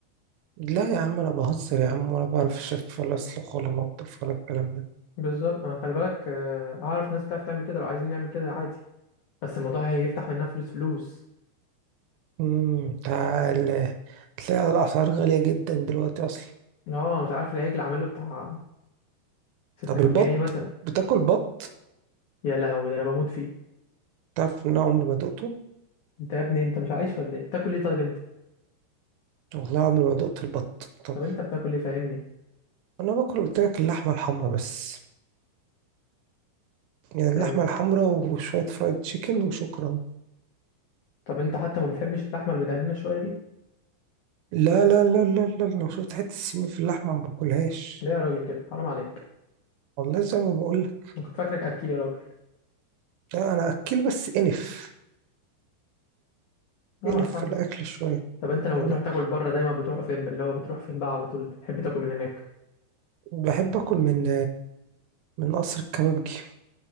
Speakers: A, on the right; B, on the left.
A: لا يا عم انا بهزر يا عم ولا بعرف اشف ولا اسلخ ولا مطبخ ولا الكلام ده
B: بالظبط انا خلي بالك آه، اعرف ناس بتعرف تعمل كده لو عايزين نعمل كده عادي بس الموضوع هيفتح منها فلوس فلوس
A: امم تعال تلاقي الاسعار غالية جدا دلوقتي اصلا
B: اه مش عارف العجل عامل له بتاع 6000
A: طب البط
B: جنيه مثلا
A: بتاكل بط
B: يا لهوي ده انا بموت فيه
A: تعرف ان انا عمري ما دقته
B: انت يا ابني انت مش عايش ولا ايه بتاكل ايه طيب انت
A: والله عمري ما دقت البط طب
B: طب انت بتاكل ايه فاهمني
A: انا باكل قلت لك اللحمه الحمراء بس يعني
B: فاهم؟
A: اللحمه الحمراء وشويه فرايد تشيكن وشكرا
B: طب انت حتى ما بتحبش اللحمه المدهنه شويه دي
A: لا لا لا لا لا لو شفت حته السمين في اللحمه ما باكلهاش
B: ليه يا راجل كده حرام عليك
A: والله زي ما بقول لك
B: انا كنت فاكرك اكيل يا راجل
A: لا انا اكل بس انف
B: اه
A: انف
B: فاهمك
A: في الاكل شويه
B: طب انت لما
A: يعني
B: بتروح تاكل بره دايما بتروح فين بقى؟ اللي هو بتروح فين بقى على طول تحب تاكل من هناك
A: بحب اكل من من قصر الكبابجي